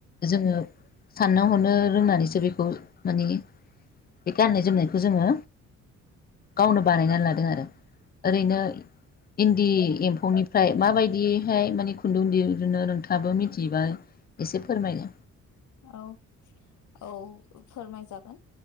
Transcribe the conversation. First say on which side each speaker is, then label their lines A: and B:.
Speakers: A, on the left; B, on the left.
A: जोङो साननो हरनो रोंनानै जे बेखौ माने बे गाननाय जोमनायखौ जोङो गावनो बानायनानै लादों आरो ओरैनो इन्दि एम्फौनि। एमफौनिफ्राय माबायदिहाय माने खुन्दुं दिहुनो नोंथाङाबो मिथियोबा एसे फोरमायदो।
B: औ औ फोरमायजागोन